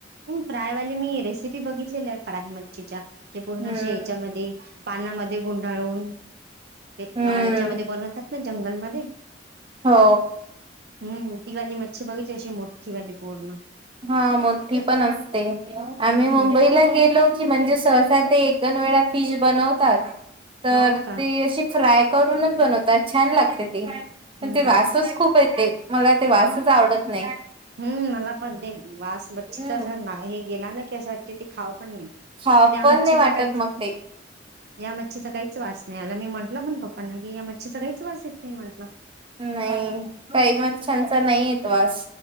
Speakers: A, on the right (about 60°); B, on the right (about 30°).
A: फ्रायवाले मी रेसिपी बघितलेली आहे फ्राय मच्छीच्या ते पूर्ण
B: हम्म
A: असे याच्यामध्ये. पानामध्ये गुंडाळून. ते
B: हम्म
A: आ याच्यामध्ये बनवतात ना जंगलमध्ये.
B: हो
A: हम्म तिवाली मच्छ बघाची अशी मोठीवाली पूर्ण.
B: हा मोठी पण असते आम्ही
A: हम्म
B: मुंबईत. ला गेलो की म्हणजे सहसा ते एक दोन वेळा फिश बनवतात. तर
A: हो
B: ती
A: का
B: अशी फ्राय करूनच बनवतात छान लागते ती. पण
A: हम्म
B: ते वासच खूप येते मला ते वासच
A: हो
B: आवडत नाही.
A: हम्म मला पण ते वास मच्छीचा
B: हम्म
A: जर ना हे गेला ना की असं वाटते ते खाव पण नाही.
B: खा
A: पण या मचछचा
B: नाही वाटत
A: काहीच.
B: मग ते
A: या मच्छीचा काहीच वास नाही आला मी म्हटला पण पप्पांना की या मच्छीचा काहीच वास येत नाही म्हटलं.
B: नाही काही मच्छ्यांचा नाही येत वास.